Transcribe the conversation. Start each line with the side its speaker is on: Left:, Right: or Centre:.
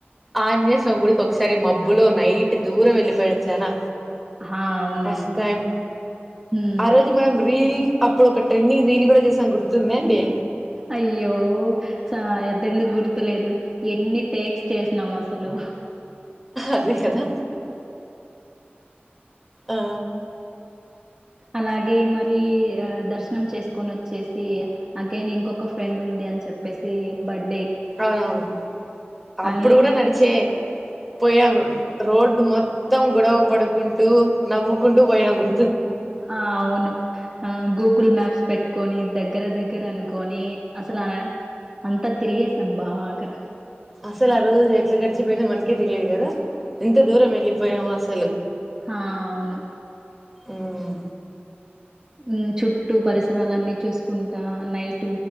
Centre: ఆజ్ఞనీయ స్వామి గుడికి ఒకసారి మబ్బులో నైట్ దూరం వెళ్ళిపోయం చానా
Right: ఆ అవునండి
Centre: ఫస్ట్ టైమ్
Right: హ్మ్
Centre: ఆ రోజు మనం రీల్ అప్పుడు ఒక ట్రెండింగ్ రీల్ కూడా చేసాం గుర్తుందా అండి
Right: అయ్యో చ అద్దెందుకు గుర్తులేదు ఎన్ని టేక్స్ చేసినాం అసలు
Centre: అదే కదా ఆ
Right: అలాగే మరి దర్శనం చేసుకొని వచ్చేసి అగైన్ ఇంకొక ఫ్రెండ్ ఉంది అని చెప్పేసి బర్త్డే
Centre: అవునవును అప్పుడు
Right: అని
Centre: కూడా నడిచే పోయాం రోడ్డు మొత్తం గొడవ పడుకుంటూ నవ్వుకుంటూ పోయాం గుర్తు
Right: ఆ అవును గూగుల్ మ్యాప్స్ పెట్టు కొని దగ్గర దగ్గర అనుకొని అసలు అలా అంతా తిరిగేసాం బాగా
Centre: అసలు ఆ రోజు ఎట్లా గడిచిపోయిందో మనకే తెలియదు కదా ఎంత దూరం వెళ్ళిపోయాము సలు
Right: హ అవును
Centre: ఉమ్,
Right: ఆమ్ చుట్టూ పరిసరాలన్నీ చూసుకుంటా నైట్